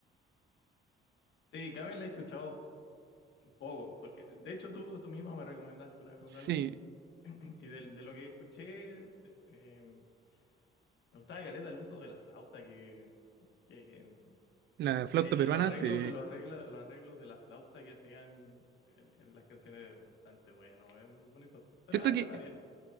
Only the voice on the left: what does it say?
Sí, Camel la he escuchado poco, porque de hecho tú, tú misma me recomendaste una vez un
álbum <clears throat> y del- de, lo que escuché eh, eh, me gustaba caleta el uso de la flauta que, que
eh,
lo arreglo,
lo arregla, los arreglos de la flauta que hacían en, en las canciones bastante bueno, es muy bonito. Suena,
suena bien.